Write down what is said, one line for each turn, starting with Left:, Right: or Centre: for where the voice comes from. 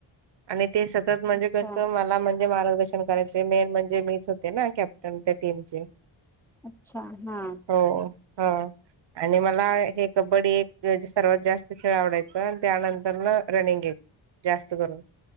Right: आणि ते सतत म्हणजे
Centre: अच्छा
Right: कस मला म्हण ते मार्गदर्शन करायचे मेन म्हणजे मीच होते ना कॅप्टन त्या टीम ची
Centre: अच्छा हां
Right: हो ह आणि मला हे कबड्डी एक जे सर्वात जास् त खेळ आवडायचा आणि त्यानंतर न रनिंग एक जास्त करून